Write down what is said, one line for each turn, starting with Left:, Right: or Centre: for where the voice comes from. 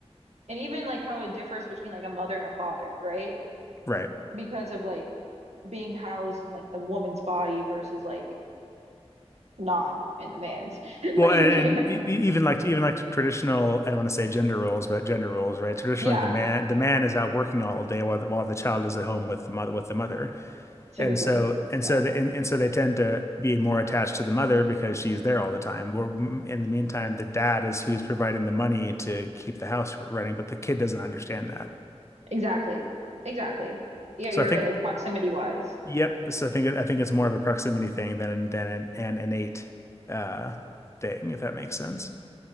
Right: And even like how it differs between like a mother and a father, right?
Left: Right.
Right: because of like being housed in like the woman's body versus like not in the man's. <laughs> Like,
Left: Well,
Right: you
Left: and, and
Right: know.
Left: e- e- even like even like traditional, I don't want to say gender roles, but gender roles, right? Traditionally,
Right: Yeah,
Left: the man the man is out working all day while the, while the child is at home with the mother with the mother.
Right: typically.
Left: And so and
Right: Yeah.
Left: so the, and, and so they tend to be more attached to the mother because she's there all the time. Or in the meantime, the dad is who's providing the money to keep the house running, but the kid doesn't understand that.
Right: Exactly. Exactly. Yeah,
Left: So
Right: you're
Left: I think
Right: right. Like proximity wise.
Left: yep. So I think I think it's more of a proximity thing than than an, an innate uh, thing, if that makes sense.